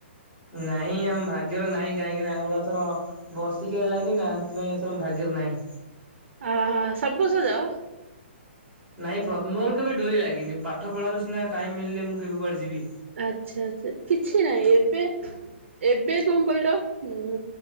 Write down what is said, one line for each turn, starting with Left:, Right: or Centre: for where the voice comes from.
Centre: ନାଇଁ ଆମ ଭାଗ୍ୟରେ ନାଇଁ କାହିଁକି ନା ଆମର ଏଥର ବର୍ଷିକିଆ ଯାଇନି ନା ସେଥିପାଇଁ ଏଥର ଭାଗ୍ୟରେ ନାଇଁ।
Right: ଆହା ସବୁ ବର୍ଷ ଯାଅ?
Centre: ନାଇଁ ପ ମୋର କେବେ ଡୋରି ଲାଗିନି ପାଠ ପଢ଼ାରୁ ସିନା ଟାଇମ୍ ମିିଲେ ମୁଁ କେବେ କୁଆଡେ ଯିବି।
Right: ଆଛା ଆଚ୍ଛା କିଛି ନାହିଁ ଏବେ ଏବେ କଣ କଇଲ ଉଁ